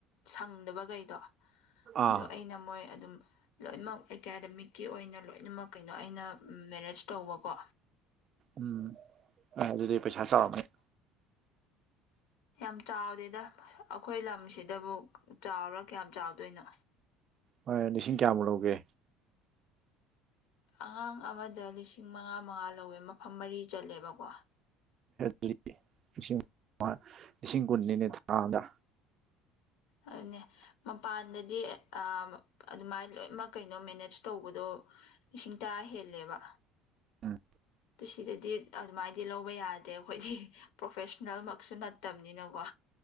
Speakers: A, on the left; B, on the right.
A: ꯁꯪꯗꯕꯒꯩꯗꯣ ꯑꯗꯨ
B: ꯑꯥ
A: ꯑꯩꯅ ꯃꯣꯢ ꯑꯗꯨꯝ ꯂꯣꯢꯅꯃꯛ ꯑꯦꯀꯥꯗꯃꯤꯛꯀꯤ ꯑꯣꯢꯅ ꯂꯣꯢꯅꯃꯛ ꯀꯩꯅꯣ ꯑꯩꯅ ꯃꯦꯅꯦꯖ ꯇꯧꯕꯀꯣ
B: ꯎꯝ ꯑꯦ ꯑꯗꯨꯗꯤ ꯄꯩꯁꯥ ꯆꯥꯎꯔꯝꯃꯅꯤ
A: ꯌꯥꯝ ꯆꯥꯎꯗꯦꯗ ꯑꯈꯣꯢ ꯂꯝꯁꯤꯗꯕꯨ ꯆꯥꯎꯔ ꯀꯌꯥꯝ ꯆꯥꯎꯗꯣꯢꯅꯣ
B: ꯍꯣꯢ ꯂꯤꯁꯤꯡ ꯀꯌꯥꯃꯨꯛ ꯂꯧꯒꯦ
A: ꯑꯉꯥꯡ ꯑꯃꯗ ꯂꯤꯁꯤꯡ ꯃꯉꯥ ꯃꯉꯥ ꯂꯧꯋꯦ ꯃꯐꯝ ꯃꯔꯤ ꯆꯠꯂꯦꯕꯀꯣ
B: ꯂꯤ ꯂꯤꯁꯤꯡ ꯃꯉꯥ ꯂꯤꯁꯤꯡ ꯀꯨꯟꯅꯤꯅꯦ ꯊꯥ ꯑꯝꯗ
A: ꯑꯗꯨꯅꯦ ꯃꯄꯥꯟꯗꯗꯤ ꯑꯥ ꯑꯗꯨꯃꯥꯢ ꯂꯣꯢꯃꯛ ꯀꯩꯅꯣ ꯃꯦꯅꯦꯖ ꯇꯧꯕꯗꯣ ꯂꯤꯁꯤꯡ ꯇꯔꯥ ꯍꯦꯜꯂꯦꯕ
B: ꯎꯝ <inaudible>
A: ꯇꯨ ꯁꯤꯗꯗꯤ ꯑꯗꯨꯃꯥꯏꯗꯤ ꯂꯧꯕ ꯌꯥꯗꯦ ꯑꯩꯈꯣꯏꯗꯤ ꯄ꯭ꯔꯣꯐꯦꯁꯅꯦꯜꯃꯛꯁꯨ ꯅꯠꯇꯝꯅꯤꯅꯀꯣ